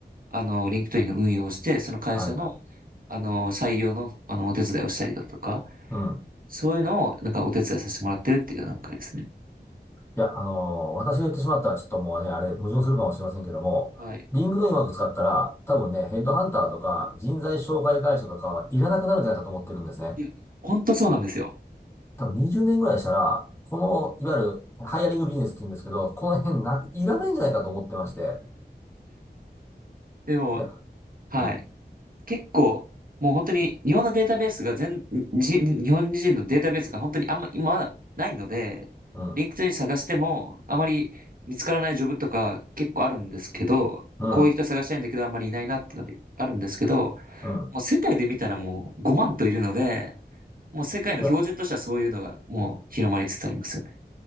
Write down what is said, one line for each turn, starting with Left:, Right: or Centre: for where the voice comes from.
Right: あの、リンクトインの運用をして、その会社の、
Left: はいはい。
Right: あの、採用の、あの、お手伝いをしたりだとか、
Left: うん。
Right: そういうのを、なんかお手伝いさせてもらってるっていう段階ですね。
Left: いや、あのー私が言ってしまったらちょっともうね、あれ、矛盾するかもしれませんけども、
Right: はい。
Left: リングドインうまく使ったら、多分ね、ヘッドハンターとか人材紹介会社とかはいらなくなるんじゃないかと思ってるんですね。
Right: いや、ほんとそうなんですよ。
Left: 多分20年ぐらいしたら、この、いわゆるハイアリングビジネスって言うんですけど、この辺なく、いらないんじゃないかと思ってまして。
Right: でも、
Left: いや、
Right: はい。
Left: うん、
Right: 結構、もう本当に日本のデータベースが全、じ日本人のデータベースが本当にあんま、今まだないので、
Left: うん、
Right: リンクトイン探しても、あまり見つからないジョブとか結構あるんですけど、
Left: うん、
Right: こういう人探したいんだけどあんまりいないなってのあるんですけど、
Left: うん。
Right: もう世界で見たらもう5万といるので、もう世界の標準としてはそういうのがもう広まりつつありますよね。
Left: いや、